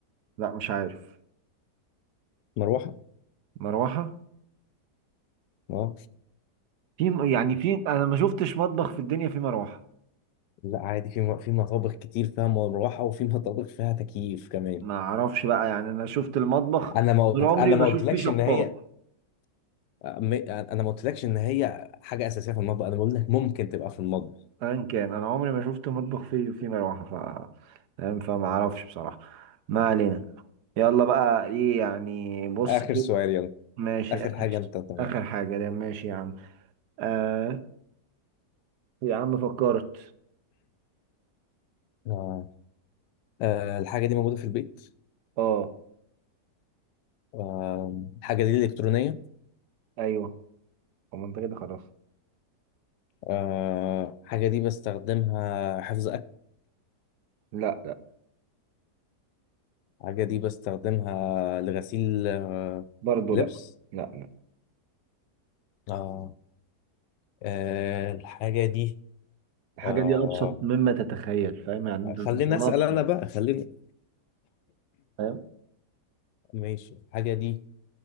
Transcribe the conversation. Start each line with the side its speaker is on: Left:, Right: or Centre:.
Right: لا مش عارف
Left: مروحه
Right: مروحه
Left: اه
Right: في يعني في انا ما شفتش مطبخ في الدنيا فيه مروحه
Left: لا عادي في م- في مطابخ كتير فيها مروحه وفي مطابخ فيها تكييف كمان
Right: ما اعرفش بقى يعني انا شفت المطبخ
Left: انا ما
Right: طول
Left: قلت-
Right: عمري
Left: انا
Right: بشوف
Left: ما قلتلكش
Right: فيه شفاط
Left: ان هي م- انا ما قلتلكش ان هي حاجه اساسيه في المطبخ انا بقول لك ممكن تبقى في المطبخ
Right: ان كان انا عمري ما شفت مطبخ فيه فيه مروحه ف فاهم فما اعرفش بصراحه ما علينا يلا بقى ايه يعني بص
Left: اخر
Right: كده
Left: سؤال يلا
Right: ماشي
Left: اخر
Right: اخر
Left: حاجه انت تعمل
Right: اخر حاجه ده ماشي يا عم آه يا عم فكرت
Left: آه. آه. الحاجه دي موجوده في البيت
Right: اه
Left: آه. الحاجه دي الكترونيه
Right: ايوه طب ما انت كده خلاص
Left: آه. حاجه دي بستخدمها حفظ اكل
Right: لا لا
Left: حاجه دي بستخدمها لغسيل آه.
Right: برضه
Left: لبس
Right: لا لا لا
Left: آه. آه. الحاجه دي
Right: الحاجه
Left: آه.
Right: دي ابسط مما تتخيل فاهم يعني انت
Left: خليني
Right: توصلها
Left: اسال
Right: بسرعه
Left: انا بقى خليني
Right: فاهم.
Left: ماشي الحاجه دي